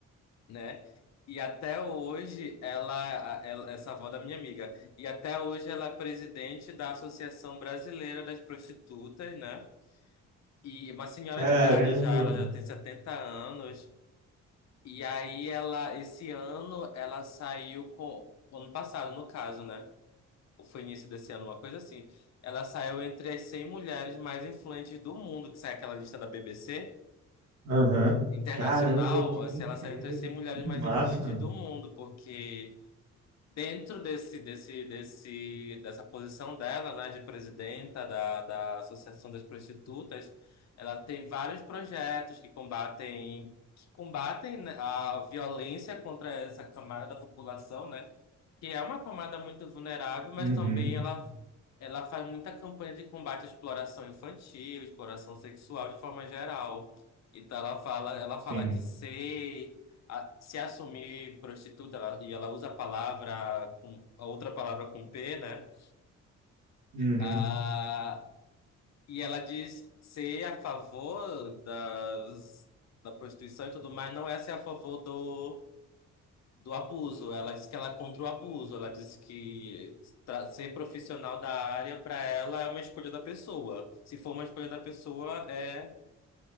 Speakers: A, on the left (about 60°); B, on the right (about 80°).
A: né? E até hoje ela, a- ela- essa avó da minha amiga, e até hoje ela é presidente da Associação Brasileira das Prostitutas, né? E uma senhora
B: Caramba.
A: de idade já, ela já tem 70 anos. E aí ela, esse ano, ela saiu com, ano passado no caso, né? Ou foi início desse ano, uma coisa assim. Ela saiu entre as 100 mulheres mais influentes do mundo, que sai aquela lista da BBC
B: Aham.
A: internacional,
B: Caramba, que
A: assim,
B: incrível,
A: ela saiu entre as 100
B: que
A: mulheres mais
B: massa.
A: influentes do mundo, porque Dentro desse, desse, desse, dessa posição dela, né, de presidenta da, da Associação das Prostitutas, ela tem vários projetos que combatem, que combatem né, a violência contra essa camada da população, né, que é uma camada muito vulnerável, mas
B: Uhum,
A: também ela, ela faz muita campanha de combate à exploração infantil, exploração sexual de forma geral. Então ela fala, ela
B: sim.
A: fala que ser a- se assumir prostituta, ela- e ela usa a palavra, com- a outra palavra com P, né?
B: Uhum.
A: Ah, e ela diz ser a favor das, da prostituição e tudo mais, não é ser a favor do, do abuso. Ela diz que ela é contra o abuso, ela diz que tra- ser profissional da área para ela é uma escolha da pessoa. Se for uma escolha da pessoa, é.